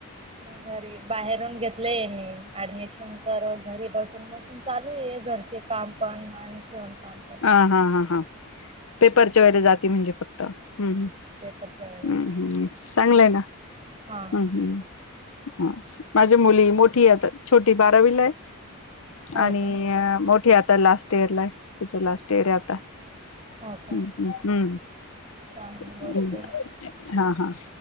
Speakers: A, on the right; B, on the left.
A: मग घरी, बाहेरून घेतलेय मी ऍडमिशन तर, घरी बसून बसून चालूये घरचे काम पण, आणि शिवणकाम पण.
B: हा हा हा हा. पेपरच्या वेळीला जाती म्हणजे फक्त. हम्म हम्म.
A: परच्या वेळेस.
B: हम्म हम्म. चांगलंय ना.
A: हा
B: हम्म हम्म. आस. माझी मुली मोठीय आता. छोटी बारावीलाय.
A: हो
B: आणि,
A: का
B: मोठी आता लास्ट इयर लाय. तिच लास्ट इयरे आता.
A: हो का
B: हम्म हम्म
A: चांगली गोष्ट
B: हम्म. हम्
A: आहे.
B: हा हा.